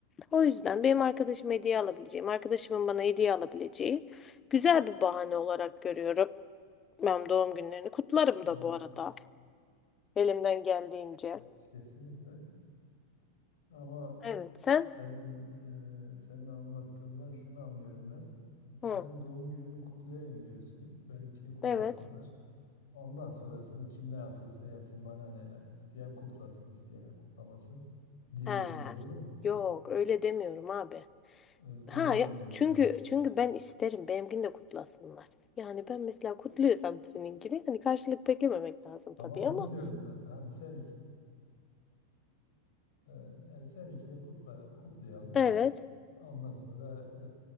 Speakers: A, on the left (about 20°); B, on the left (about 55°).
A: O yüzden benim arkadaşım hediye alabileceğim, arkadaşımın bana hediye alabileceği güzel bir bahane olarak görüyorum. Ben doğum günlerini kutlarım da
B: Evet,
A: bu arada elimden geldiğince.
B: evet kesinlikle. Ama
A: Evet sen?
B: senin e, senin anlattığından şunu anlıyorum ben.
A: Hı.
B: Ben doğum günümü kutlayayım diyorsun. Benimkini kutlasınlar.
A: Evet.
B: Ondan sonrasını kim ne yapıyorsa yapsın bana ne ya. İsteyen kutlasın, isteyen kutlamasın diyorsun.
A: Ha,
B: Doğru mu?
A: yok öyle demiyorum abi.
B: Öyle,
A: Ha
B: öyle anlıyorum
A: ya, çünkü
B: ben.
A: çünkü ben isterim benimkini de kutlasınlar. Yani ben mesela kutluyorsam birininkini hani karşılık beklememek lazım
B: Tamam
A: tabii
B: onu
A: ama
B: diyorum zaten. Hani sen Ee, Yani seninkini kutla, kutlayalım.
A: Evet.
B: Ondan sonra e,